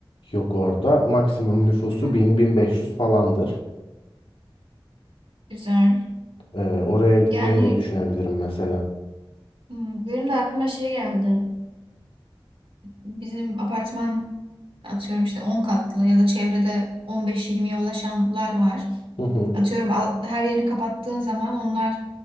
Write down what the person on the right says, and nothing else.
Hı.
Güzel.
Yani
hı, benim de aklıma şey geldi. bizim apartman atıyorum işte on katlı ya da çevrede on beş 20ye ulaşanlar var.
Atıyorum al- her yerini kapattığın zaman onlar